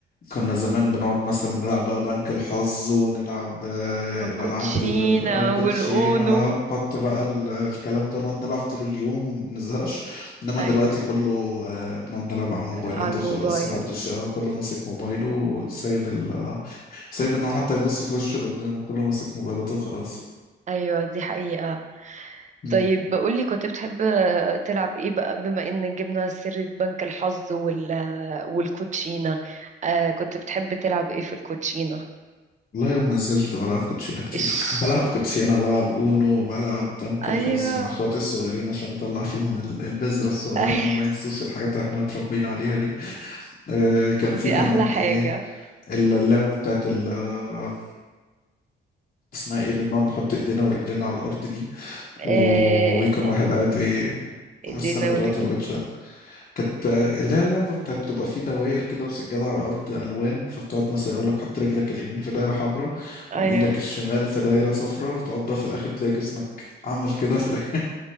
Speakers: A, on the left; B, on the right.
A: كنا زمان بنقعد مثلا نلعب بقى بنك الحظ ونلعب آه،
B: الكوتشينة
A: الالعاب ال- ال- آه، كوتشينة
B: والاونو
A: آه، نحط بقى ال- الكلام ده نقعد نلعب طول اليوم وما بنزهقش انما
B: ايوه
A: دلوقتي كله آه، بنقعد نلعب على الموبايلات
B: على الموبايل
A: وخلاص محدش آه، كله ماسك موبايله وسايب ال آه، سايب ان هو حتى يبص في وشه اللي قدامه كله ماسك موبايلاته وخلاص
B: ايوه دي حقيقة
A: مم.
B: طيب قولي كنت بتحب تلعب ايه بقى بما ان جبنا سيرة بنك الحظ وال والكوتشينة آه كنت بتحب تلعب ايه في الكوتشينة
A: والله يوم ما زلت بلعب كوتشينة كتير
B: ايش
A: <laughs> بلعب كوتشينة بلعب اونو بلعب بنك
B: ايوه
A: الحظ مع اخواتي الصغيرين عشان اطلع فيهم ال- البذرة الصغيرة
B: <laughs> ايوه
A: ان هم ما ينسوش الحاجات اللي احنا متربيين عليها دي آه كان في
B: دي
A: كمان
B: احلى حاجة
A: ايه اللعبة بتاعت ال آه، اسمها ايه اللي بنقعد نحط ايدينا ورجلينا على الارض دي
B: آه،
A: ويكون واحد قاعد بي...
B: ايدينا
A: بس انا دلوقتي
B: ورجلينا
A: ما بقتش كانت اللي هي اللعبة بتاعت بتبقى فيه دواير كده وسجادة على الأرض ألوان فبتقعد مثلا يقول لك حط رجلك اليمين في دايرة حمراء
B: ايوه
A: وإيدك الشمال في دايرة صفراء وتقعد بقى في الآخر تلاقي جسمك عمل كده في الآخر